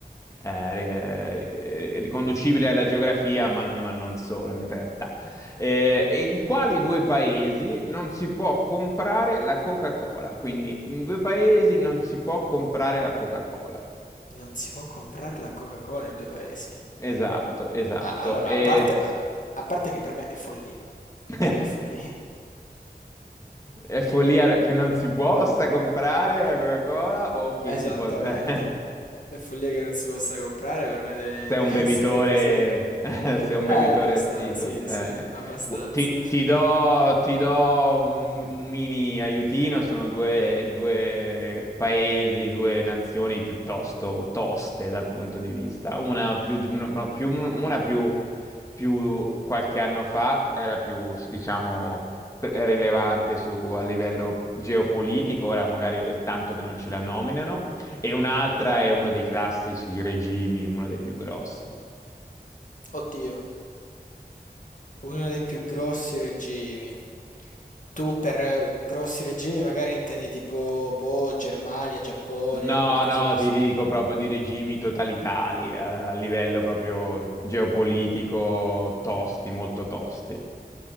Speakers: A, on the left; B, on the left.
A: eh, ri- eh, riconducibile alla geografia, ma, ma non solo in realtà. Eh, e in quali due paesi non si può comprare la Coca-Cola? Quindi, in due paesi non si può comprare la Coca-Cola.
B: Non si può comprare la Coca-Cola in due paesi.
A: Esatto, esatto.
B: A- allora,
A: E...
B: a parte, a, a parte che per me è follia.
A: <laughs>
B: Cioè, è follia. <laughs>
A: È follia che non si possa comprare la Coca-Cola o che
B: Esattamente.
A: si possa... <laughs>
B: È follia che non si possa comprare, per me deve,
A: Sei
B: <laughs> deve
A: un bevitore,
B: essere presente.
A: <laughs> sei un
B: Eh,
A: bevitore
B: abbastanza,
A: assiduo.
B: sì,
A: eh,
B: sì,
A: eh.
B: abbastanza.
A: Gu- Ti, ti do, ti do un, un mini aiutino, sono due, due paesi, due nazioni piuttosto toste dal punto di vista. Una più, di- una- una più- una più- più qualche anno fa era più, diciamo, pre- rilevante su- a livello geopolitico, ora magari è tanto che non ce la nominano. E un'altra è uno dei classici regimi, uno dei più grossi.
B: Oddio, uno dei più grossi regimi. Tu per eh, grossi regimi magari intendi tipo, boh, Germania, Giappone,
A: No,
B: qualcosa
A: no,
B: così.
A: ti dico proprio di regimi totalitari, eh, a livello proprio geopolitico, tosti, molto tosti.